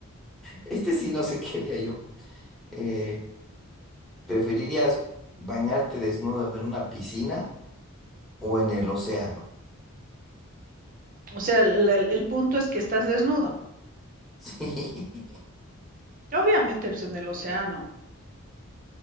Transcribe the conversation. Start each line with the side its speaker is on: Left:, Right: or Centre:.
Centre: Este sí, no sé <laughs> qué haría yo. Eh, ¿preferirías bañarte desnudo en una piscina o en el océano?
Right: O sea, el, el- el punto es que estás desnudo.
Centre: <laughs> Sí,
Right: Obviamente, pues en el océano.